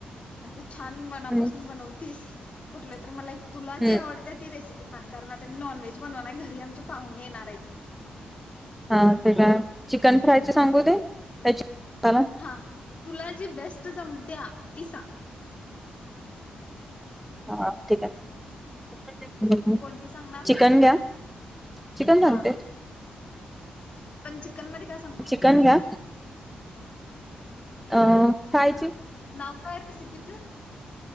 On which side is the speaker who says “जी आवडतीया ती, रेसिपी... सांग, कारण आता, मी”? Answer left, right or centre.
Left